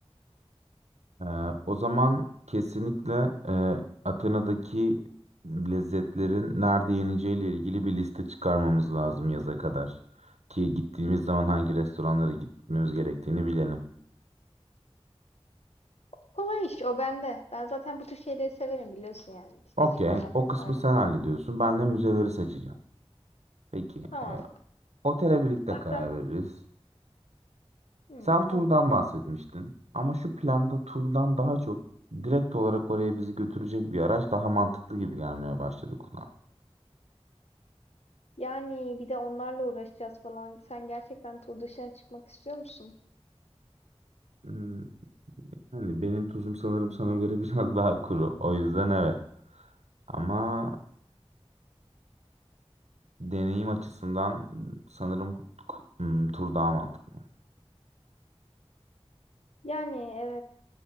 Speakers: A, on the right (about 90°); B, on the left (about 70°).
A: Ee, o zaman kesinlikle e, Atina'daki lezzetlerin nerede yeneceğiyle ilgili bir liste çıkarmamız lazım yaza kadar. Ki gittiğimiz zaman hangi restoranlara gitmemiz gerektiğini bilelim.
B: Kolay iş o bende. Ben zaten bu tür şeyleri severim biliyorsun yani liste
A: Okey,
B: çıkarmak
A: o
B: vesaire.
A: kısmı sen hallediyorsun. Ben de müzeleri seçeceğim. Peki,
B: Tamam.
A: e, otele birlikte
B: Zaten
A: karar veririz.
B: hmm,
A: Sen turdan
B: olur.
A: bahsetmiştin ama şu planda turdan daha çok direkt olarak oraya bizi götürecek bir araç daha mantıklı gibi gelmeye başladı kulağa.
B: Yani bir de onlarla uğraşacağız falan. Sen gerçekten tur dışına çıkmak istiyor musun?
A: Hmm, hani benim tuzum sanırım sana göre <laughs> biraz daha kuru. O yüzden evet. Ama deneyim açısından hmm, sanırım k- hmm, tur daha mantıklı.
B: Yani evet.